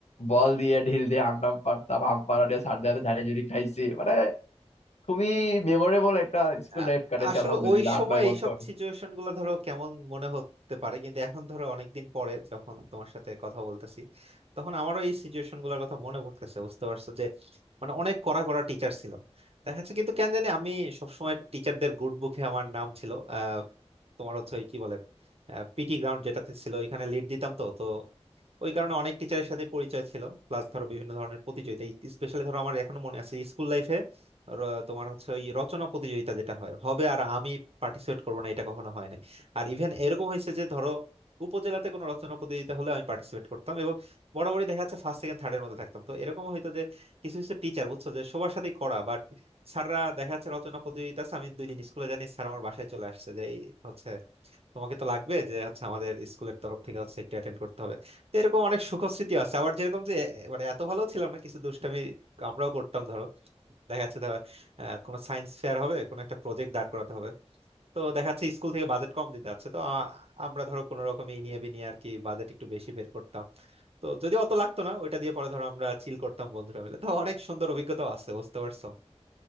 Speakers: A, on the left; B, on the right.
A: বল দিয়ে ঢিল দিয়ে আমটাম পারতাম আম পাড়া দিয়ে স্যারদের হাতে ঝাড়ি ঝুড়ি খাইছি মানে খুবই মেমোরেবল একটা স্কুল
B: আ-
A: লাইফ কাটাইছি
B: আসলে
A: আলহামদুলিল্লাহ
B: ওই সময়
A: আট নয় বছর
B: এইসব সিচুয়েশন গুলো ধরো কেমন মনে হতে পারে কিন্তু এখন ধরো অনেকদিন পরে যখন তোমার সাথে কথা বলতেছি তখন আমারও এই সিচুয়েশন গুলোর কথা মনে পড়তেছে বুঝতে পারছো যে মানে অনেক কড়া কড়া টিচার ছিল দেখা যাচ্ছে কিন্তু কেন জানি আমি সবসময় টিচারদের গুড বুকে আমার নাম ছিল তোমার হচ্ছে ওই কি বলে পিটি গ্রাউন্ড যেটাতে ছিল ওইখানে লিড দিতাম তো তো ওই কারণে অনেক টিচারের সাথে পরিচয় ছিল প্লাস ধরো বিভিন্ন ধরনের প্রতিযোগিতা স্পেশালি ধরো আমার এখনো মনে আছে স্কুল লাইফে তোমার হচ্ছে ওই রচনা প্রতিযোগিতা যেটা হয় হবে আর আমি পার্টিসিপেট করবো না এটা কখনো হয় না আর ইভেন এরকম হয়েছে যে ধরো উপজেলাতে কোনো রচনা প্রতিযোগিতা হলে আমি পার্টিসিপেট করতাম এবং বরাবরই দেখা যাচ্ছে ফার্স্ট সেকেন্ড থার্ড এর মধ্যে থাকতাম তো এরকম হয়তো যে কিছু কিছু টিচার বুঝছো যে সবার সাথেই করা বাট স্যাররা দেখা যাচ্ছে রচনা প্রতিযোগিতা আছে আমি দুই দিন স্কুলে জানি স্যার আমার বাসায় চলে আসছে যে এই হচ্ছে তোমাকে তো লাগবে যে হচ্ছে আমাদের স্কুলের তরফ থেকে হচ্ছে একটু অ্যাটেন্ড করতে হবে তো এরকম অনেক সুখস্মৃতি আছে আবার যেরকম যে এ, মানে এত ভালো ছিলাম না কিছু দুষ্টামি আমরাও করতাম ধরো দেখা যাচ্ছে ধরো, আহ, কোনো সায়েন্স ফেয়ার হবে কোনো একটা প্রজেক্ট দাঁড় করাতে হবে তো দেখা যাচ্ছে স্কুল থেকে বাজেট কম দিতে আছে তো আ- আমরা ধরো কোনো রকমে ইনিয়ে বিনিয়ে আর কি বাজেট একটু বেশি বের করতাম তো যদি অত লাগতো না ওইটা দিয়ে পরে ধরো আমরা চিল করতাম বন্ধুরা মিলে তো অনেক সুন্দর অভিজ্ঞতা আছে বুঝতে পারছো